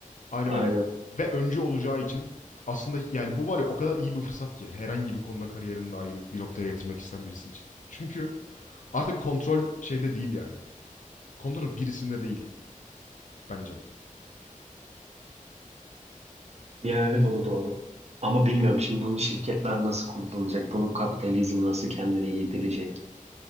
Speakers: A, on the left; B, on the right.
A: Aynen
B: Aynen.
A: öyle ve öncü olacağı için aslında yani bu var ya o kadar iyi bir fırsat ki herhangi bir konuda kariyerini dahi bir noktaya getirmek isteyen birisi için. Çünkü artık kontrol şeyde değil yani. Kontrol birisinde değil bence.
B: Ya evet o da doğru. Ama bilmiyorum şimdi bunu şirketler nasıl kullanacak? Bunu kapitalizm nasıl kendine yedirecek?